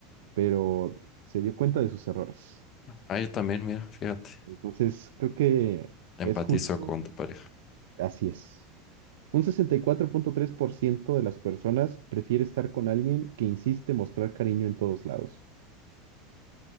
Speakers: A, on the right; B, on the left.
A: pero se dio cuenta de sus errores.
B: Ah, yo también, mira, fíjate.
A: Entonces, creo que
B: Empatizo
A: es justo,
B: con tu pareja.
A: así es. Un sesenta y cuatro punto tres por ciento de las personas prefiere estar con alguien que insiste mostrar cariño en todos lados.